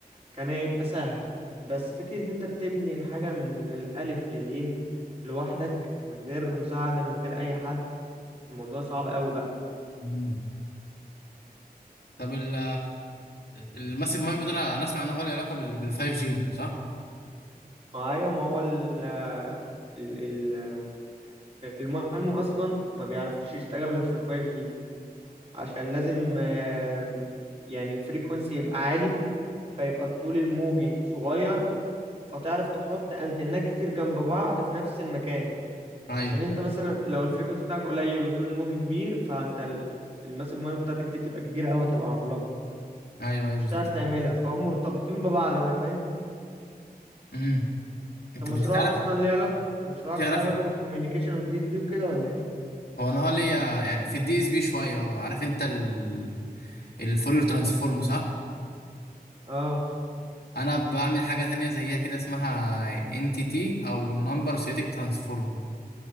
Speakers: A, on the right (about 40°); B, on the left (about 80°).
A: كان هيبقى سهل بس فكرة إن انت بتبني الحاجة من الألف لليه لوحدك من غير مساعدة من غير أي حد الموضوع صعب أوي بقى
B: مم. طب ال الماسيف مايند ده انا أنا اسمع ان هو له علاقه بال 5 جي صح؟
A: ما أيوة ما هو ال ال ال- المعلم أصلا ما بيعرفش يشتغل غير في الفايف جي عشان لازم آم، يعني الفريكونسي يبقى عالي فيبقى الطول الموجي صغير فتعرف تحط أنتنات كتير جنب بعض في نفس المكان
B: ايوه
A: عشان انت مثلا لو الفريكونسي بتاعك قليل وطول الموج كبير فانت ال- الماسيف مايند بتاعتك دي تبقى كبيره قوي هتبقى عملاقه
B: ايوه ايوه
A: مش
B: بالظبط
A: هتعرف تعملها فهم مرتبطين ببعض بقى فاهم
B: امم
A: انت
B: انت انت
A: مشروعك
B: تعرف
A: اصلا ليه علاقه مشروعك
B: تعرف
A: ليه علاقه بالكوميونيكيشن والدي اس بي وكده ولا ايه
B: هو انا اه ليا يعني في الدي اس بي شويه آه، عارف انت ال الفورير ترانسفورم صح؟
A: اه
B: انا بعمل حاجه تانية زيها كده اسمها انتيتي او نمبر سيتيك ترانسفورم